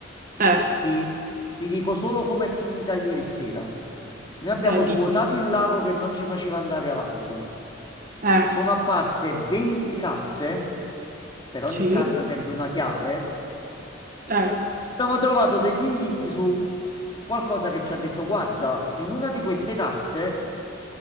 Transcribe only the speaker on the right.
Eh,
eh,
di,
eh,
sì,
eh,